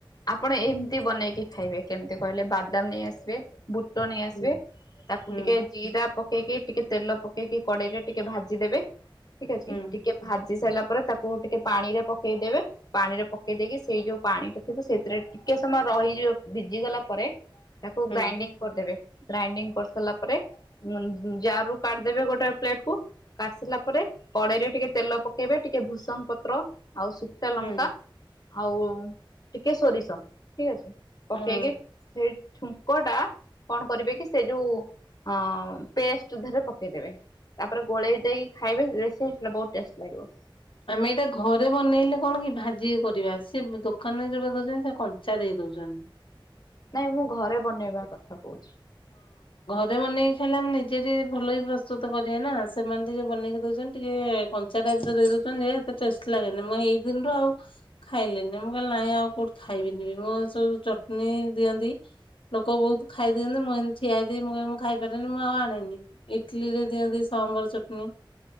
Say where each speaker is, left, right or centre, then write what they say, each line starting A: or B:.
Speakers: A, on the left (about 45°); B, on the left (about 75°).
A: ଆପଣ ଏମିତି ବନେଇକି ଖାଇବେ। କେମିତି କହିଲେ ବା ବାଦାମ ନେଇ ଆସିବେ, ବୁଟ ନେଇ ଆସିବେ
B: ହୁଁ
A: ତାକୁ
B: ହୁଁ
A: ଟିକେ ଜିରା ପକେଇକି ଟିକେ ତେଲ ପକେଇକି କଡେଇରେ ଟିକେ ଭାଜିଦେବେ। ଠିକ ଅଛି,
B: ହୁଁ
A: ଟିକେ ଭା ଜି ସାରିଲା ପରେ ତାକୁ ଟିକେ ପାଣି ରେ ପକେଇଦେବେ। ପାଣିରେ ପକେଇ ଦେଇକି ସେଇ ଯୋଉ ପାଣି ଟା ଥିବ ସେଥିରେ ଟିକେ ସମୟ ରହିଯିବ ଭିଜି ଗଲା ପରେ ତାକୁ
B: ହୁଁ
A: ଗ୍ରାଇଣ୍ଡିଙ୍ଗ କରିଦେବେ। ଗ୍ରାଇଣ୍ଡିଙ୍ଗ କରିସାରିଲା ପରେ ଜାର ରୁ କାଢିଦେବେ ଗୋଟେ ପ୍ଲେଟକୁ କାଢ଼ି ସାରିଲା ପରେ କଡେଇରେ ଟିକେ ତେଲ ପକେଇବେ ଟିକେ ଭୂସଙ୍ଗ ପତ୍ର ଆଉ ଶୁଖିଲା ଲ
B: ହୁଁ।
A: ଆଉ ଟିକେ ସୋରିଷ ଠିକ ଅଛି। ପକେଇକି
B: ହଁ।
A: ସେଇ ଛୁଙ୍କ ଟା କଣ କରିବେ କି ସେ ଯୋଉ ଅ ପେଷ୍ଟରେ ଦେହରେ ପକେଇଦବେ। ତାପରେ ଗୋଳେଇ ଦେଇକି ଖାଇବେ <unintelligible> ବହୁତ ଟେଷ୍ଟ ଲାଗିବ।
B: ଆମେ ଏଇଟା ଘରେ ବନେଇଲେ କଣ କି ଭାଜିକି କରିବା ସେ ଦୋକାନରେ ଯୋଉଟା ଦୋଉଚନ୍ତି ସେ କଞ୍ଚା ଦେଇ ଦୋଉଚନ୍।
A: ନାଇଁ ମୁଁ ଘରେ ବନେଇବା କଥା କୋଉଚି।
B: ରେ ବନେଇକି ଖାଇଲେ ଆମେ ନିଜେ ଦି ଭଲକି ପ୍ରସ୍ତୁତ କରିବା ନାଁ ସେମାନେ ଟିକେ ବନେଇକି ଦୋଉଚନ୍ତି ଟିକେ କଞ୍ଚାଟା ଟାଇପ୍ ର ଦେଇ ଦୋଉଚନ୍ତି ଯେ ହେତେ ଟେଷ୍ ଲାଗେନି ମୁଁ ହେଇ ଦିନଠୁ ଆଉ ଖାଇଲିିନି ମୁଁ କହିଲି ନାଇଁ ଆଉ କୋଉଠି ଖାଇବି ଇନି ମୁଁ ସବୁ ଚଟନୀ ଦିଅନ୍ତି। ଲୋକ ବୋହୁତ ଖାଇ ଦିଅନ୍ତି ମୁଁ ଏନ୍ ଠିଆ ହେଇଥିବି ମୁଁ କହି ମୁଁ ଖାଇପାରେନି ମୁଁ ଆଉ ଆଣେନି ଇଟଲିରେ ଦିଅନ୍ତି ସା ଅମର ଚଟନୀ